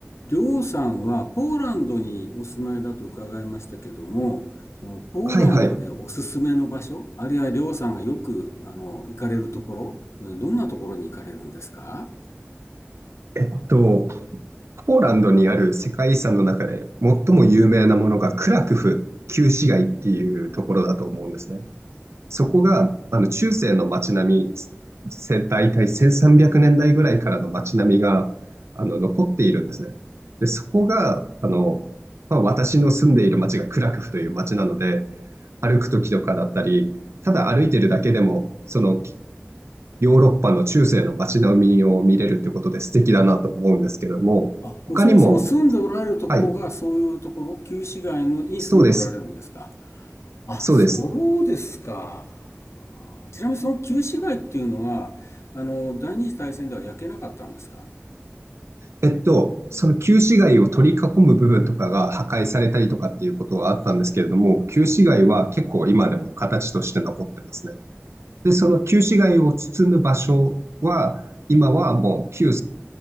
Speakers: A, on the left; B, on the right.
A: で、王さんはポーランドにお住まいだと伺いましたけども、そのポーランドでおすすめの場所、
B: はいはい。
A: あるいはりょうさんがよくあの行かれるところ、うんどんなところに行かれるんですか
B: えっと、ポーランドにある世界遺産の中で最も有名なものがクラクフ旧市街っていうところだと思うんですね。そこがあの中世の街並み、せ大体1300年代ぐらいからの街並みがあの残っているんですね。で、そこがあの、まあ、私の住んでいる街がクラクフという街なので、歩く時とかだったり、ただ歩いてるだけでも、そのヨーロッパの中世の街並みを見れるってことで素敵だなと思うんですけども、
A: あ、
B: 他にも、
A: もうそもそも住んでおられるところがそういうところ、
B: はい、
A: 旧市街のに住んでおられるんですか
B: そうです、
A: あ、
B: そうです。
A: そうですか。あちなみにその旧市街っていうのは、あの、第二次大戦では焼けなかったんですか
B: えっと、その旧市街を取り囲む部分とかが破壊されたりとかっていうことはあったんですけれども、旧市街は結構今でも形として残ってますね。で、その旧市街を包む場所は、今はもう旧